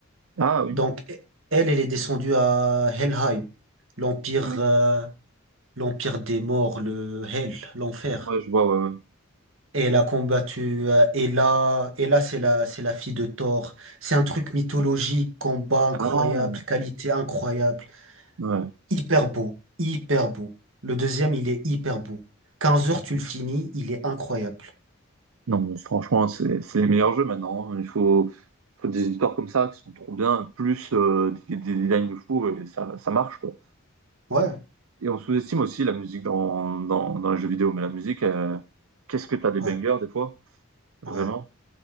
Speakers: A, on the right; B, on the right.
A: Ah oui.
B: Donc e- elle, elle est descendue à Helheim, l'empire.
A: Oui.
B: euh, l'Empire des Morts, le Hell, l'enfer.
A: Ouais, je vois, ouais, ouais.
B: Et elle a combattu euh, Hela. Hela, c'est la, c'est la fille de Thor. C'est un truc mythologique, combat incroyable,
A: Ah,
B: qualité incroyable.
A: ouais.
B: Hyper beau, hyper beau. Le deuxième, il est hyper beau. 15 heures, tu le finis, il est incroyable.
A: Non, mais franchement, c'est c'est les meilleurs jeux maintenant. hein. Il faut, faut des histoires comme ça qui sont trop bien, plus euh, des, des designs de fou, et ça, ça marche, quoi.
B: Ouais,
A: Et on sous-estime aussi la musique dans, dans, dans les jeux vidéo, mais la musique, euh, qu'est-ce que t'as des
B: ouais,
A: bangers des fois, vraiment.
B: ouais,